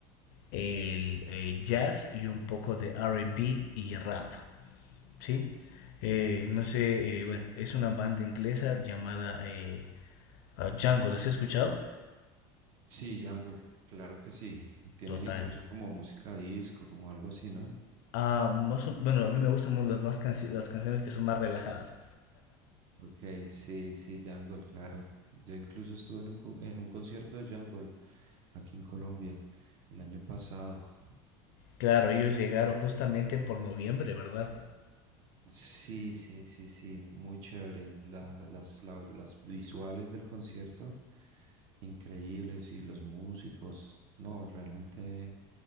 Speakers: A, on the left; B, on the right.
A: el eh, jazz y un poco de RB y rap, ¿sí? Eh, no sé, eh, bueno, es una banda inglesa llamada eh, ah, Django, ¿las he escuchado?
B: Sí, Jungle, claro que sí. Tienen
A: Total.
B: incluso como música disco, como algo así, ¿no?
A: Ah, más o- bueno, a mí me gustan mu- las, más canci- las canciones que son más relajadas.
B: Ok, sí, sí, Jungle, claro. Yo incluso estuve en un, con- en un concierto de Jungle aquí en Colombia el año pasado.
A: Claro, ellos llegaron justamente por noviembre, ¿verdad?
B: Sí, sí, sí, sí, muy chévere. La- las, la- las visuales del concierto, increíbles, y los músicos, no, realmente